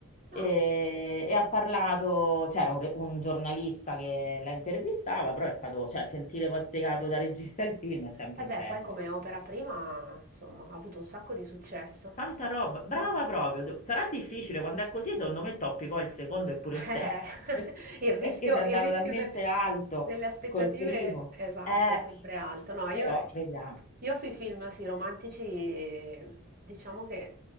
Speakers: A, on the left; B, on the right.
A: eh,
B: Ah,
A: e, ha parlato, c'era un, re- un giornalista che la intervistava, però è stato, cioè, sentire poi spiegato da regista il film è sempre
B: vabbè,
A: bello.
B: poi come opera prima, insomma, ha avuto un sacco di successo.
A: Tanta roba, brava
B: Mm.
A: proprio. tu- Sarà difficile quando è così, secondo me toppi poi il secondo e pure
B: Eh, <laughs>
A: il terzo, <laughs>
B: il rischio,
A: perché sei andato
B: il rischio
A: talmente
B: del-
A: alto
B: delle aspettative,
A: col primo.
B: esatto,
A: Eh,
B: è sempre alto. No,
A: però
B: io,
A: vediamo.
B: io sui film, sì, romantici, diciamo che